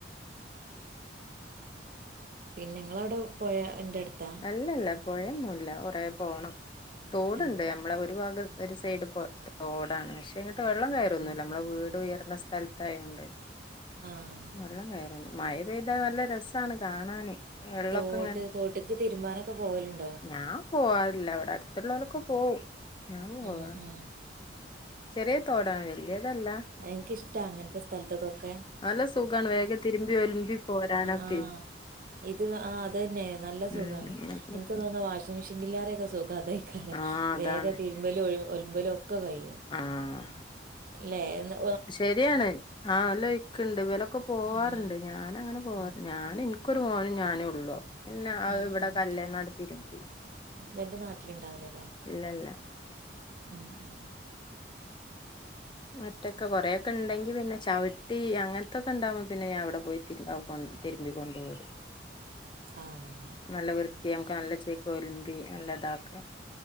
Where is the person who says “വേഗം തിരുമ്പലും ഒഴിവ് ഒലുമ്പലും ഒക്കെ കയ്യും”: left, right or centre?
Right